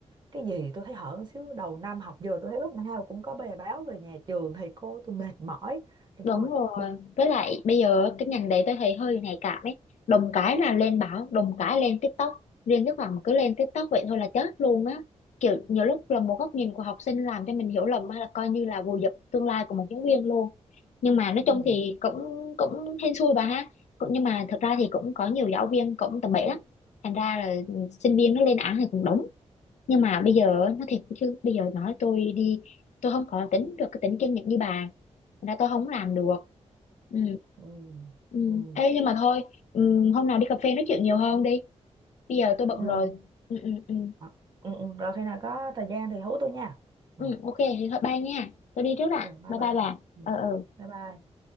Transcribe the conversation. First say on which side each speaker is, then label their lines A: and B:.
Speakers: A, on the right (about 40°); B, on the left (about 75°).
A: cái gì tôi thấy hở một xíu đầu năm học giờ tôi thấy lúc nào cũng có bài báo về nhà trường thầy cô tôi mệt mỏi tôi
B: Đúng
A: thôi
B: rồi.
A: tôi
B: Với lại bây giờ cái ngành đấy tôi thấy hơi nhạy cảm ấy. Đồng cái là lên báo, đồng cái lên TikTok. Riêng cái khoảng mà cứ lên TikTok vậy thôi là chết luôn á. Kiểu nhiều lúc là một góc nhìn của học sinh làm cho mình hiểu lầm hay là coi như là vùi dập tương lai của một giáo viên luôn. Nhưng mà nói chung
A: ừ
B: thì cũng cũng hên xui bà ha. Cũng nhưng mà thật ra thì cũng có nhiều giáo viên cũng tầm bậy lắm. Thành ra là sinh viên nó lên án thì cũng đúng nhưng mà bây giờ á, nói thiệt chứ bây giờ nói tôi đi tôi không có tính được cái tính kiên nhẫn như bà Thành ra tôi không làm được ừ
A: ừ
B: ừ
A: ừ ừ
B: Ê, nhưng mà thôi ừ, hôm nào đi cà phê nói chuyện nhiều hơn đi bây giờ tôi bận
A: ừ
B: rồi
A: ừ
B: ừ ừ ừ
A: Ờ, ừ ừ. rồi khi nào có thời gian thì hú tôi nha
B: ừ
A: ừ
B: ok thì thôi bye nha tôi đi trước ạ
A: ừ bye
B: bye bye
A: bye
B: bà
A: ừ.
B: ờ ừ.
A: bye bye